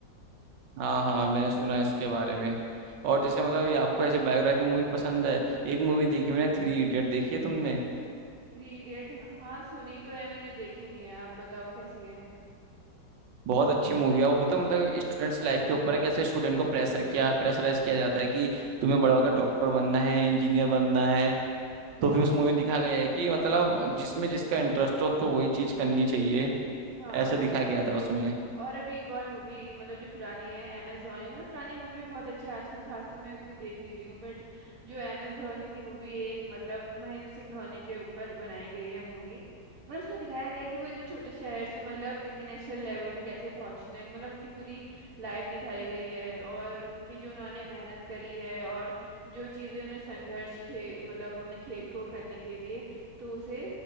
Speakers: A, on the right; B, on the right.
A: हाँ
B: हम्म
A: हाँ मैंने सुना है इसके बारे में और जैसे मतलब ये आपको ऐसी बायोग्राफी मूवी पसंद है एक मूवी देखी मैंने थ्री इडियट देखी है तुमने
B: थ्री इडियट हाँ सुनी तो है मैंने देखी नहीं है आप बताओ कैसी है
A: बहुत अच्छी मूवी है वो बताओ मतलब स्टूडेंट्स लाइफ के ऊपर है कैसे स्टूडेंट को प्रेशर किया प्रेशराइज किया जाता है कि तुम्हें बड़ा होकर डॉक्टर बनना है इंजीनियर बनना है
B: हम्म
A: तो फिर उस मूवी में दिखा गया है कि मतलब जिसमें जिसका इंटरेस्ट हो उसको वही चीज करनी चाहिए
B: हाँ
A: ऐसा दिखाया गया था उसमें
B: और अभी एक और मूवी मतलब जो पुरानी है अमेजोनी मतलब पुरानी मूवी भी बहुत अच्छी है आजकल खास तो मैं उतनी देख नहीं रही हूँ बट जो अमेजोनी थी वो भी एक मतलब महेंद्र सिंह धोनी के ऊपर बनाई गई है मूवी मतलब उसमें दिखाया गया है कि वो इतने छोटे शहर से मतलब इंटरनेशनल लेवल तक कैसे पहुंचने मतलब उनकी पूरी लाइफ दिखाई गई है और उनकी जो उन्होंने मेहनत करी है और जो चीज़ें उन्हें संघर्ष खे मतलब अपने खेल को करने के लिए तो उसे